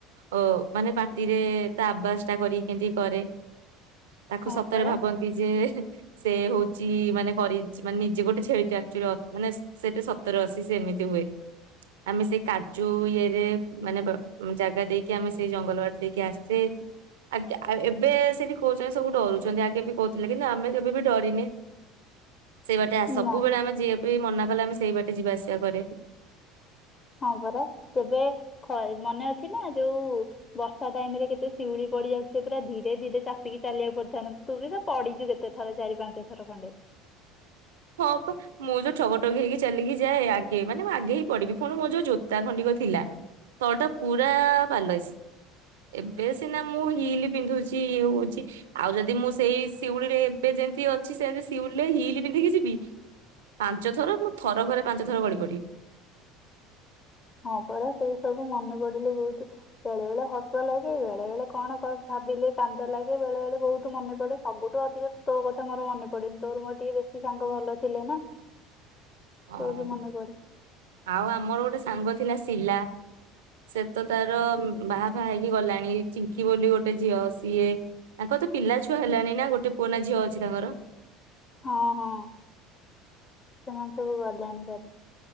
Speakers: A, on the right; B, on the left.
A: ଅ ମାନେ ପାଟିରେ ତା ଆବାସ ଟା କରିକି କେମିତି କରେ। ତାକୁ
B: ହଁ
A: ସତରେ
B: ପରା
A: ଭାବନ୍ତି ଯେ। ସେ ହଉଚି ମାନେ କରିଚ ମାନେ ନିଜେ ଗୋଟେ ଛେଳିଟା। ଚୁର ମାନେ ସ-ସ-ସେଠି ସତର ଅଶି ସେ ଏମିତି ହୁଏ ଆମେ ସେଇ କାଜୁ ଇଏ ରେ ମାନେ ବ ଜାଗା ଦେଇକି ଆମେ ସେଇ ଜଙ୍ଗଲ ବାଟ ଦେଇକି ଆସେ ଆ ଆ ଏବେ ସେଇଠି କହୁଛନ୍ତି ସବୁ ଡରୁଛନ୍ତି ଆଗେ ବି କହୁଥିଲେ କିନ୍ତୁ ଆମେ କେବେ ବି ଡରିନେ। ସେଇ ବାଟେ ଆ ସବୁବେଳେ
B: ନା
A: ଆମେ ବି ମନା କଲେ ଆମେ ସେଇ ବାଟେ ଯିବା ଆସିବା କରେ।
B: ହଁ ପରା ଯେବେ ଖ ମନେ ଅଛି ନା ଯୋଉ ବର୍ଷା ଟାଇମ ରେ କେତେ ଶିଉଳି ପଡି ଯାଉଥିଲେ ପୁରା ଧୀରେ ଧୀରେ ଚାପିକି ଚାଲିବାକୁ ପଡିଥା ତୁ ବି ତ ପଡିଛୁ କେତେ ଥର ଚାରି ପାଞ୍ଚ ଥର ଖଣ୍ଡେ।
A: ହଁ ପା ମୁଁ ଯୋଉ ଠଗଠଗ ହେଇକି ଚାଲିକି ଯାଏ ଆଗେ ମାନେ ମୁଁ ଆଗେ ହିଁ ପଡିବି ଫୁଣି ମୋ ଯୋଉ ଜୋତା ଖଣ୍ଡିକ ଥିଲା ତଳଟା ପୁରା ପାଲଇସ, ଏବେ ସିନା ମୁଁ ହିଲି ପିନ୍ଧୁଛି ଇଏ ହଉଛି ଆଉ ଯଦି ମୁଁ ସେଇ ଶିଉଳିରେ ଏବେ ଯେମତି ଅଛି ସେମତିି ଶିଉଲ ହିଲି ପିନ୍ଧିକି ଯିବି ପାଞ୍ଚ ଥର ମୁଁ ଥର କରେ ପାଞ୍ଚ ଥର ଗଳି ପଡିବି।
B: ହଁ ପରା ସେଇ ସବୁ ମନେ ପଡିଲେ ବହୁତୁ ବେଳେ ବେଳେ ହସ ଲାଗେ ବେଳେ ବେଳେ କଣ କ ଭାବିଲେ କାନ୍ଦ ଲାଗେ ବେଳେ ବେଳେ ବହୁତ ମନେ ପଡେ ସବୁଠୁ ଅଧିକ ତ ତୋ କଥା ମୋର ମନେ ପଡେନି ତୋର ମୋର ଟିକେ ବେଶୀ ସାଙ୍ଗ ଭଲ ଥିଲେ ନା
A: ହଁ
B: ବହୁତ ମନେ ପଡେ।
A: ଆ ଆଉ ଆମର ଗୋଟେ ସାଙ୍ଗ ଥିଲା ଶିଲା ସେ ତ ତାର ବାହା ଫାହା ହେଇକି ଗଲାଣି ଚିଙ୍କି ବୋଲି ଗୋଟେ ଝିଅ ସିଏ ତାଙ୍କ ତ ପିଲା ଛୁଆ ହେଲାଣି ନା ଗୋଟେ ପୁଅ ନା ଝିଅ ଅଛି ତାଙ୍କର
B: ହଁ ହଁ ସେମାନେ ସବୁ ଗଲେଣି ଭେରି।